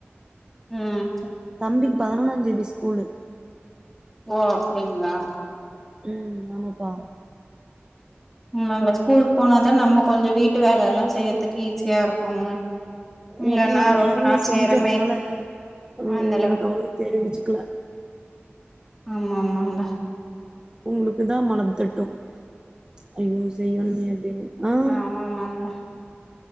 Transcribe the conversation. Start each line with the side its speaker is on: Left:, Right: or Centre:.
Centre: உம்
Right: தம்பிக்கு பதினொன்னாந் தேதி ஸ்கூலு
Centre: ஓ அப்டிங்ளா
Right: ம் ஆமாப்பா
Centre: அங்க ஸ்கூலுக்கு போனாதா நம்ம கொஞ்சோ வீட்டு வேலலா செய்றதுக்கு ஈஸியா இருக்குங்க இல்லன்னா
Right: ஏன்னா நா நேரமே
Centre: ரொம்ப நாள்
Right: செஞ்சறனால
Centre: செய்யற மாரி
Right: ம்
Centre: அதனால
Right: எனக்கு அவ்ளோ தெரிவிச்சுக்கல
Centre: ஆமா ஆமாங்க
Right: உங்களுக்குதா மனது தட்டும் ஐயோ செய்யணுமே அப்டின்னு ஆஹ்
Centre: ஆமா ஆமாங்க